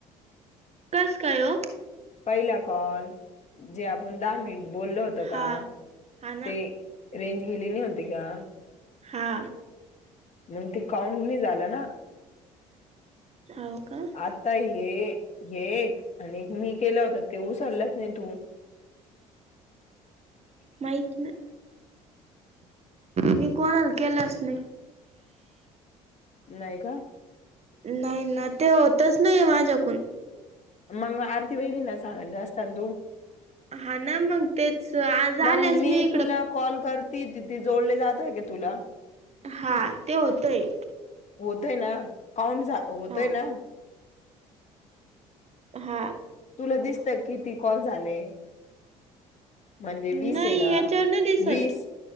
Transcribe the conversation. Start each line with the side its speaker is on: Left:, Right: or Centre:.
Right: कस काय ओ?
Left: पयला कॉल, जे आपण दहा मिनट बोललो होतो
Right: हा
Left: का?
Right: हा ना
Left: ते. रेंज गेली नी होती का?
Right: हा.
Left: मंग ते काउंट नी झालं न.
Right: हाव का?
Left: आता हे, हे एक आणि एक मी केलं होतं ते ऊसलंच नई तु. <inaudible>
Right: माहीत ना मी कोणाल केलाच नई.
Left: नाई का?
Right: न्हाईना ते होतच नई माझ्याकून.
Left: मंग आरती वईनींना सांगायचं अस्तान तू.
Right: हा ना मंग तेच आज
Left: मग
Right: आल्याच
Left: मी
Right: नी इकडं.
Left: तुला कॉल करती ति ती जोडले जाताय का तुला?
Right: हा ते होतंय.
Left: होतय न, काउंट झा होतय
Right: हा
Left: न.
Right: हा.
Left: तुला दिसतं क् किती कॉल झाले? म्हणजे वीस
Right: नाही
Left: येना
Right: याच्यावर नाही दिसत
Left: वीस